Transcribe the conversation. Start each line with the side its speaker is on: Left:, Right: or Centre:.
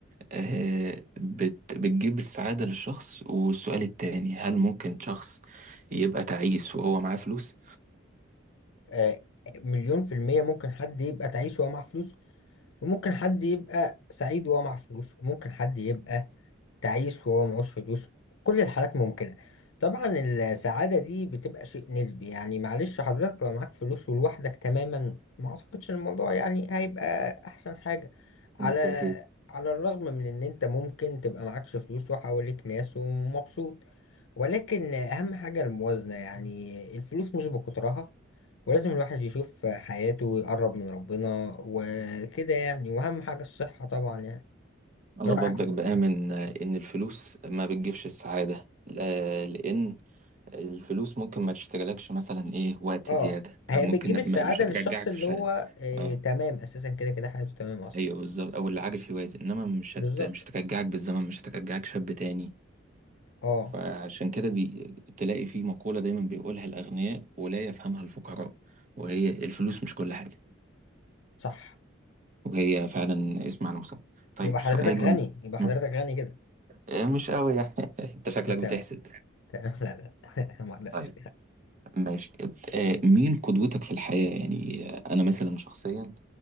Right: آه بت بتجيب السعادة للشخص والسؤال التاني هل ممكن شخص يبقى تعيس وهو معاه فلوس
Left: آه، مليون في المية ممكن حد يبقى تعيس وهو معاه فلوس وممكن حد يبقى سعيد وهو معاه فلوس وممكن حد يبقى تعيس وهو معهوش فلوس كل الحالات ممكنة طبعا السعادة دي بتبقى شيء نسبي يعني معلش حضرتك لو معاك فلوس ولوحدك تماما ما اعتقدش الموضوع يعني هيبقى احسن حاجة على
Right: بالتأكيد
Left: على الرغم من ان انت ممكن تبقى معكش فلوس وحواليك ناس ومبسوط ولكن اهم حاجة الموازنة يعني الفلوس مش بكترها ولازم الواحد يشوف حياته ويقرب من ربنا وكده يعني واهم حاجة الصحة طبعا يعني
Right: أنا
Left: رأي
Right: برضك
Left: حضرتك
Right: بآمن
Left: إيه؟
Right: إن الفلوس ما بتجيبش السعادة لا- لأن الفلوس ممكن ما تشتريلكش مثلا إيه وقت
Left: اه
Right: زيادة
Left: هي
Right: ممكن
Left: بتجيب السعادة
Right: ما مش هترجعك
Left: للشخص اللي
Right: في شيء
Left: هو آه
Right: أه
Left: تمام اساسا كده كده حياته تمام اصلا
Right: أيوه بالظبط أو اللي عارف يوازن إنما مش
Left: بالظبط
Right: هت... مش هترجعك بالزمن مش هترجعك شاب تاني
Left: اه
Right: فعشان كده بي... تلاقي في مقولة دايما بيقولها الأغنياء ولا يفهمها الفقراء وهي الفلوس مش كل حاجة
Left: صح
Right: وهي فعلا اسم على المسمى طيب
Left: يبقى حضرتك
Right: سؤالي
Left: غني يبقى حضرتك
Right: م.
Left: غني كده
Right: آه، مش قوي يعني <laughs> انت
Left: <laughs>
Right: شكلك بتحسد
Left: تمام تمام لا لا <laughs> ما اقدرش
Right: طيب ماشي ات- آه، مين قدوتك في الحياة يعني آه، أنا مثلا شخصيا